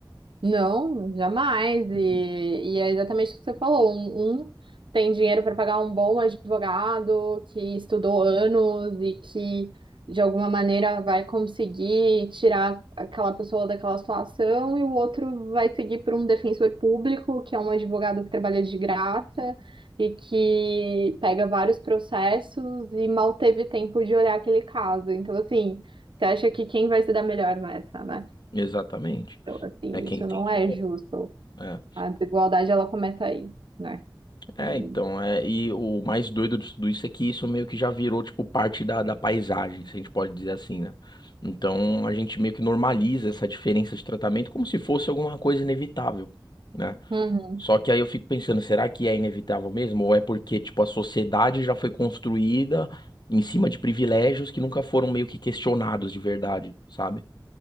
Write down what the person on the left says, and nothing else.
Uhum.
Exatamente.
É quem
tem
dinheiro.
É.
É,
então, é, e o mais doido de tudo isso é que isso meio que já virou, tipo, parte da, da paisagem, se a gente pode dizer assim, né? Então, a gente meio que normaliza essa diferença de tratamento como se fosse alguma coisa inevitável, né?
Só que aí eu fico pensando, será que é inevitável mesmo? Ou é porque, tipo, a sociedade já foi construída em cima de privilégios que nunca foram meio que questionados de verdade, sabe?